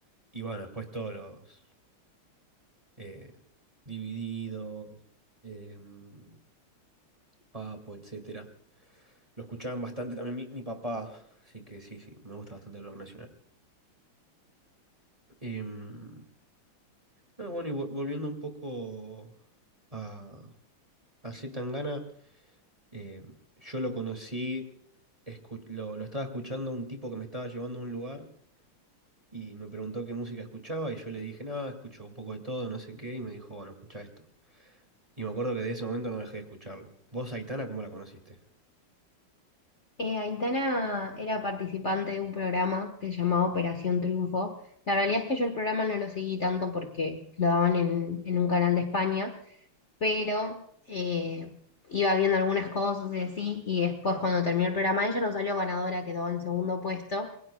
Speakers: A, on the right; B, on the left.
A: y bueno, después todos los, eh, Divididos, em, Papo, etcétera. Lo escuchaban bastante también mi, mi papá, así que sí, sí, me gusta bastante el rock nacional. Em, ah, bueno, y vol- volviendo un poco a, a C. Tangana, eh, yo lo conocí, escu- lo, lo estaba escuchando a un tipo que me estaba llevando a un lugar y me preguntó qué música escuchaba y yo le dije, nada, escucho un poco de todo, no sé qué, y me dijo, bueno, escucha esto. Y me acuerdo que de ese momento no dejé de escucharlo. ¿Vos, Aitana, cómo la conociste?
B: Eh, Aitana era participante de un programa que se llamaba Operación Triunfo. La realidad es que yo el programa no lo seguí tanto porque lo daban en, en un canal de España, pero eh, iba viendo algunas cosas y así, y después cuando terminó el programa ella no salió ganadora, quedó en segundo puesto,